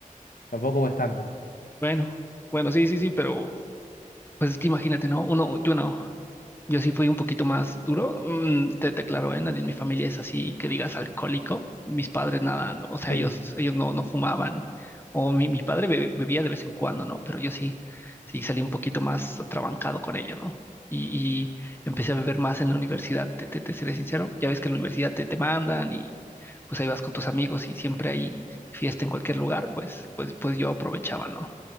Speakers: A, on the left; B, on the left.
A: tampoco es tanto.
B: Bueno, bueno, sí, sí, sí, pero pues es que imagínate, ¿no? Uno, yo no. Yo sí fui un poquito más duro. Mm, te, te aclaro, ¿eh? Nadie en mi familia es así que digas alcohólico. Mis padres nada, no, o sea,
A: Sí.
B: ellos, ellos no, no fumaban. O mi, mi padre be- bebía de vez en cuando, ¿no? Pero yo sí, sí salí un poquito más atrabancado con ello, ¿no? Y, y empecé a beber más en la universidad, te, te, te seré sincero. Ya ves que en la universidad te, te mandan y pues ahí vas con tus amigos y siempre hay fiesta en cualquier lugar, pues, pues, pues yo aprovechaba, ¿no?